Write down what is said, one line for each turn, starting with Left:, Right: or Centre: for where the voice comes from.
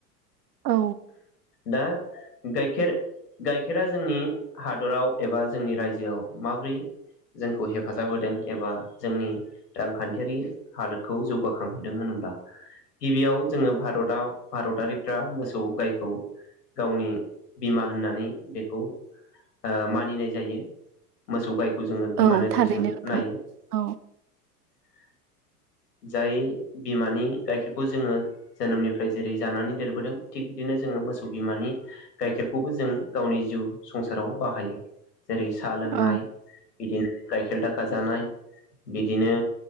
Right: औ।
Left: दा गाइखेर गाइखेरा जोंनि हादराव एबा जोंनि रायजोआव माबोरै जोंखौ हेफाजाब होदों एबा जोंनि रांखान्थियारि हालोदखौ जौगाखांहोदों होनोब्ला गिबियाव जोंङो भारताव भारतारि फ्रा मोसौ गायखौ गावनि बिमा होननानै बेखौ ओ मानिनाय जायो मोसौ गायखौ जोंङो बिमा
Right: औ
Left: नोजोरजों
Right: थारैनो नोंथां
Left: नायो।
Right: औ
Left: <inaudible> जाय बिमानि गाइखेरखौ जोंङो जोनोमनिफ्राय जेरै जानानै देरबो बोदों थिग बिदिनो जोंङो मोसौ बिमानि गाइखेरखौबो जों गावनि जिउ संसाराव बाहायो जेरै साहा लोंनाय
Right: औ
Left: बिदिनो गाइखेर दाखा जानाय बिदिनो